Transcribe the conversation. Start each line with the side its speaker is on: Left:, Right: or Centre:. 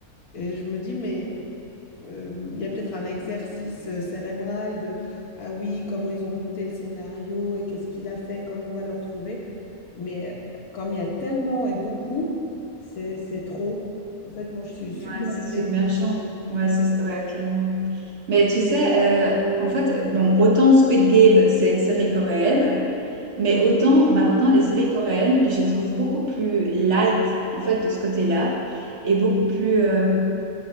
Left: Et je me dis, mais euh, il y a peut-être un exercice euh, cérébral de, ah oui, comment ils ont monté le scénario et qu'est-ce qu'il a fait, comment on va le retrouver. Mais euh, comme il y a tellement et beaucoup, c'est, c'est trop. En fait, moi, je suis
Right: ouais,
Left: submergée.
Right: c'est submergent,
Left: Ouais.
Right: ouais, c'est, ça- ouais, clairement. Mais tu sais, euh, en fait, bon, autant Squid Game, c'est une série coréenne. Mais autant maintenant, les séries coréennes, je les trouve beaucoup plus light, en fait, de ce côté-là, et beaucoup plus, euh,